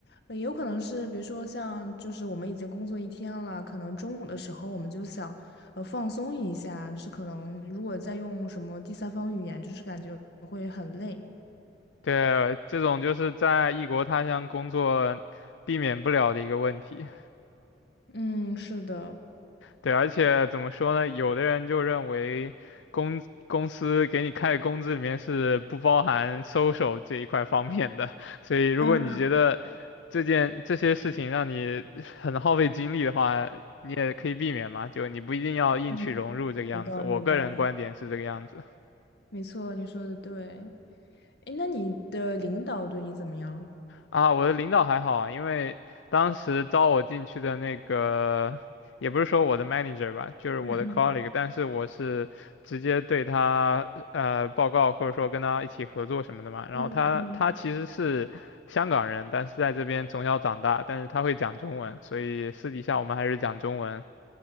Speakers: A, on the left; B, on the left.
A: 呃也有可能是，比如说像就是我们已经工作一天了，可能中午的时候我们就想，呃，放松一下，就是可能如果再用什么第三方语言，就是感觉会很累。
B: 对，这种就是在异国他乡工作避免不了的一个问题。
A: 嗯，是的。
B: 对，而且怎么说呢？有的人就认为公公司给你开的工资里面是不包含 social 这一块方面的，所以如果你觉得这件这些事情让你很耗费精力的话，
A: 啊，
B: 你也可以避免嘛，就你不一定要硬去融入这个样子。
A: 嗯，有道理，
B: 我个人观点是这个样子。
A: 有道理，没错，你说的对。哎，那你的领导对你怎么样？
B: 啊，我的领导还好啊，因为当时招我进去的那个，也不是说我的 manager 吧，就是我的
A: 嗯嗯。
B: colleague，但是我是直接对他呃报告，或者说跟他一起合作什么的嘛。然后他他其实是香港人，
A: 嗯嗯，
B: 但是在这边从小长大，但是他会讲中文，所以私底下我们还是讲中文，